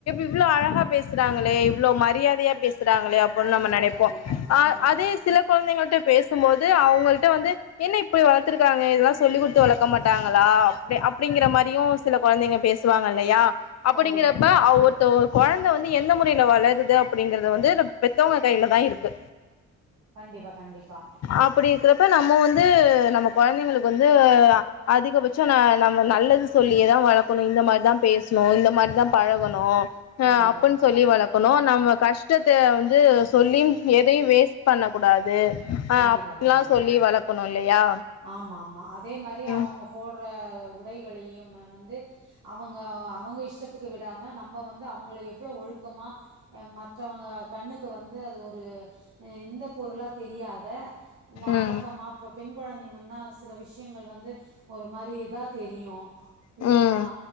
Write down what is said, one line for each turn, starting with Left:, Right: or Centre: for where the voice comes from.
Left: இவ்ளோ அழகா பேசுறாங்களே இவ்ளோ மரியாதையா பேசு றாங்களே அப்டின்னு
Right: கண்டிப்பா
Left: நம்ம நெனப்போம்
Right: கண்டிப்பா ம்
Left: அதே சில கொழந்தைங்கள்ட்ட பேசும்போது அவங்கள்ட்ட வந்து என்ன இப்பிடி வளத்திருக்காங்க இதெல்லாம் சொல்லிக் குடுத்து வளக்க மாட்டாங்களா அப்பிடிங்கிற மாதிரியும் சில கொழந்தைங்க பேசுவாங்க இல்லையா அப்படிங்கிறப்ப
Right: கண்டிப்பா
Left: அவ ஒத்த ஒரு கொழந்த ந்ந வந்து எந்த முறையில வளருது அப்படிங்கிறது வந்து பெத்தவுங்க கையில தான் இருக்கு
Right: கண்டிப்பா கண்டிப்பா
Left: அப்டி இருக்கிறப்ப நம்ம வந்து நம்ம கொழந்தைங்களுக்கு வந்து அதிகபட்சம் ந நம்ம நல்லது சொல்லியேதான் வளக்கணும் இந்த மாதிரி தான் பேச் பேசனு இந்த மாதிரி தான் பழகணு
Right: கண்டிப்பா
Left: அப்பிடின்னு சொல்லி வளக் க்கனும் நம்ம கஷ்டத்த வந்து சொல்லி எதையும் வேஸ்ட் பண்ணக்கூடாது அஹ்
Right: கண்டிப்பா
Left: அப்டில்லா
Right: கண்டிப்பா
Left: சொல்லி வளக்கணும் இல்லையா
Right: ஆமா ஆமா அதே மாதிரி அவுங்க
Left: ம்
Right: போட்ற உடைகளையுமே வந்து அவுங்க அவுங்க இஷ்டத்துக்கு விடாம நம்ப வந்து அவுங்கள எவ்ளோ ஒழுக்கமா அ மத்தவங்க கண்ணுக்கு வந்து அது ஒரு இந்த பொருளா தெரியாத
Left: ம்
Right: அடக்கமா பொ பெண் கொழந்தைங்கன்னா சில விஷயங்கள் வந்து ஒரு மாரி இதா தெரியும் க்கும்
Left: ம்
Right: இல்லைங்களா